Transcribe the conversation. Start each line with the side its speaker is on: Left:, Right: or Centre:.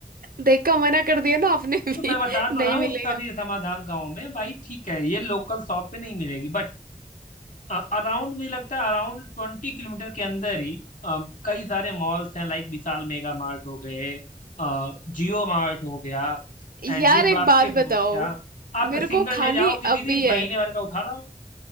Right: देख का मना कर दिया ना आपने भी
Left: तो मैं
Right: <laughs>
Left: बता तो
Right: नहीं
Left: रहा हूँ
Right: मिलेगा
Left: उसका भी समाधान गाँव में भाई ठीक है ये लोकल शॉप पे नहीं मिलेगी बट अराउंड मुझे लगता है अराउंड ट्वेंटी किलोमीटर के अंदर ही अ, कई सारे मॉल्स हैं लाइक विशाल मेगा मार्ट हो गए जियो मार्ट हो गया एंड
Right: यार
Left: बिग
Right: एक
Left: बास्केट
Right: बात
Left: हो
Right: बताओ
Left: गया आप
Right: मेरे
Left: सिंगल
Right: को खानी
Left: डे जाओ किसी
Right: अभी
Left: दिन
Right: है
Left: महीने भर का उठा रहा हूँ